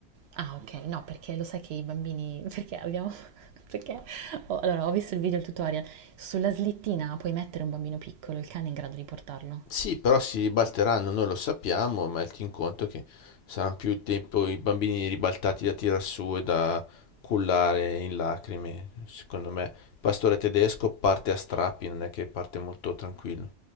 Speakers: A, on the right; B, on the left.
A: Ah okay, no perché lo sai che i bambini <laughs> perché abbiamo <laughs> perché ho allora ho visto il video, il tutorial, sulla slettina puoi mettere un bambino piccolo, il cane è in grado di portarlo.
B: Sì, però si ribalteranno, noi lo sappiamo, ma metti in conto che saranno più tempo i bambini ribaltati da tirar su e da cullare in lacrime. Secondo me, il pastore tedesco parte a strappi, non è che parte molto tranquillo.